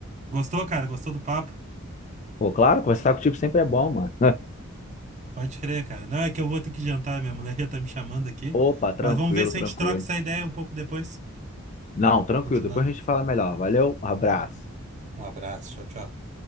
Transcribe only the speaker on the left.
Pô, claro, conversar contigo sempre é bom, mano.
Opa, tranquilo,
tranquilo.
Não, tranquilo.
Depois a gente fala melhor. Valeu, abraço.